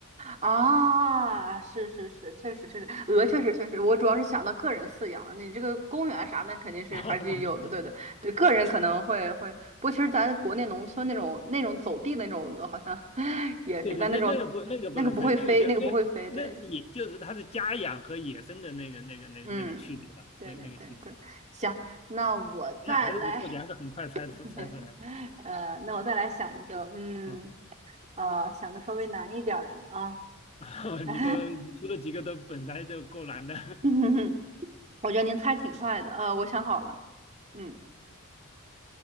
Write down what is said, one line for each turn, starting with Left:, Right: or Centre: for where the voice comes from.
Right: 啊，是是是，确实确实，鹅确实确实，我主要是想到个人饲养，你这个公园啥的肯定是还是有的，
Left: <laughs> 哦
Right: 对对对，个人可能会会，不过其实咱国内农村那种那种走地那种鹅好像 <laughs> 也可以，
Left: 对对，
Right: 但那种那个不会飞，
Left: 那那个不那个不能飞，那个叫那那是野，
Right: 那个不会飞，对，
Left: 就是它是家养和野生的那个那个那个那个区别了，
Right: 嗯，对对对对，
Left: 那那个区别，
Right: 行，那我再来，
Left: 那还是不错的，还是很快猜出猜出来了。
Right: <laughs> 呃，那我再来想一个，嗯，
Left: 嗯，
Right: 呃，想个稍微难一点儿的啊，
Left: <laughs>
Right: <laughs>
Left: 你的你出了几个都本来就够难的，
Right: 嗯哼哼。我觉得您猜挺快的，呃，我想好了，嗯，